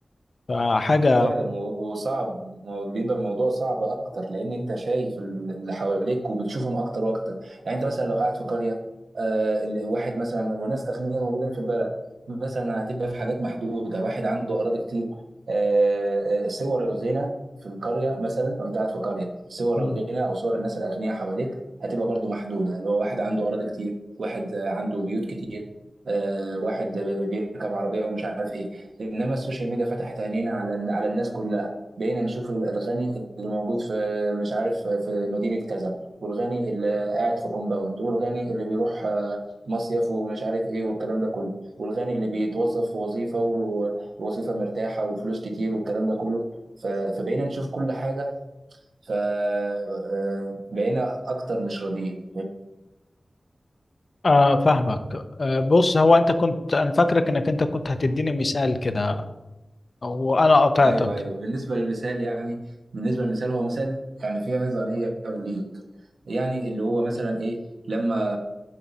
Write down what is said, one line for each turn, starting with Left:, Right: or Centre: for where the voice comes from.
Left: فحاجة
Right: فعلا و- وصعب ما هو بيبقى الموضوع صعب اكتر لان انت شايف ال- اللي حواليك وبتشوفهم اكتر واكتر يعني انت مثلا لو قاعد في قريه آه ال- واحد مثلا وناس اغنياء موجودين في البلد مثلا هتبقى في حاجات محدوده واحد عنده اراضي كتير آه آه، صور الغنى في القريه مثلا لو انت قاعد في قريه صور
Left: مم.
Right: الغنى او صور الناس الاغنياء حواليك هتبقى برضو محدوده اللي هو واحد عنده اراضي كتير واحد آه، عنده بيوت كتير آه واحد بيركب عربيه ومش عارف ايه انما السوشيال ميديا فتحت عينينا على على الناس كلها بقينا نشوف الغني اللي موجود في مش عارف في مدينة كذا والغني اللي قاعد في كومباوند والغني اللي بيروح آه، مصيف ومش عارف ايه والكلام ده كله والغني اللي بيتوظف في وظيفة و- ووظيفة مرتاحة وفلوس كتير والكلام ده كله ف- فبقينا نشوف كل حاجة فبقينا أكتر مش راضيين
Left: آه فاهمك آه بص هو
Right: فاهمني؟
Left: أنت كنت أنا فاكرك إنك أنت كنت هتديني مثال كده وأنا قطعتك
Right: ايوه ايوه بالنسبه للمثال يعني بالنسبه للمثال هو مثال يعني فيه عظه ليا وليك يعني اللي هو مثلا ايه لما